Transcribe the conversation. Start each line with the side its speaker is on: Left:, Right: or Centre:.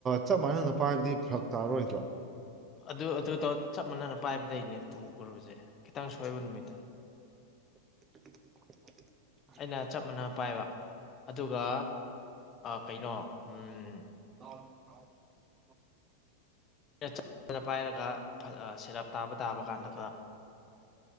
Right: ꯆꯞ ꯃꯥꯟꯅꯅ ꯃꯅꯟ ꯄꯥꯏꯕꯗꯤ ꯐꯔ ꯇꯥꯔꯣꯏꯗ꯭ꯔꯣ?
Left: ꯑꯗꯨ ꯑꯗꯨ ꯆꯞ ꯃꯥꯟꯅꯅ ꯄꯥꯏꯕꯗꯒꯤꯅꯦ ꯇꯨꯈ꯭ꯔꯕꯁꯦ ꯈꯤꯇꯪ ꯁꯣꯏꯕ ꯅꯨꯃꯤꯠꯇ꯫
Right: <inaudible>
Left: ꯑꯩꯅ ꯆꯞ ꯃꯥꯟꯅ ꯄꯥꯏꯕ ꯑꯗꯨꯒ ꯀꯩꯅꯣ ꯑꯝ
Right: ꯑ <unintelligible>
Left: ꯑꯩꯟ ꯆꯞ ꯃꯅꯥꯅ ꯄꯥꯏꯔꯒ ꯁꯦꯔꯞ ꯇꯥꯕ ꯇꯥꯕ ꯀꯥꯟꯗ ꯀꯣ